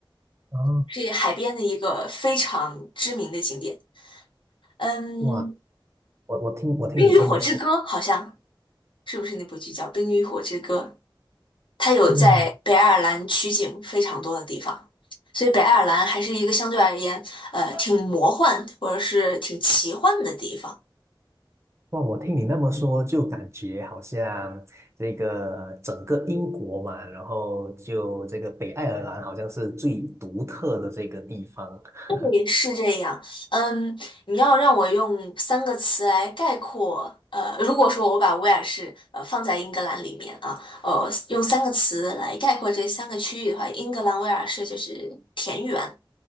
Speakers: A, on the right; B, on the left.
A: 啊，
B: 是海边的一个非常知名的景点。嗯，
A: 哇，我我听我听你这么说，
B: 《冰与火之歌》好像是不是那部剧叫《冰与火之歌》？它有在北爱尔兰取景非常多的地方，
A: 嗯，
B: 所以北爱尔兰还是一个相对而言，呃，挺魔幻或者是挺奇幻的地方。
A: 哇，我听你那么说，就感觉好像这个整个英国嘛，然后就这个北爱尔兰好像是最独特的这个地方。
B: 对，
A: <laughs>
B: 是这样。嗯，你要让我用三个词来概括，呃，如果说我把威尔士呃放在英格兰里面啊，呃，用三个词来概括这三个区域的话，英格兰威尔士就是田园，